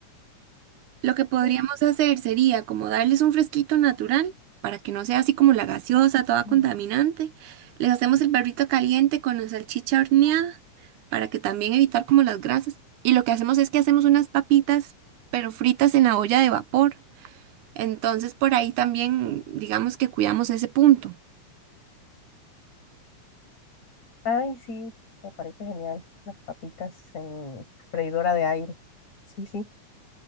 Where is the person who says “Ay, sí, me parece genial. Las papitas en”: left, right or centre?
Left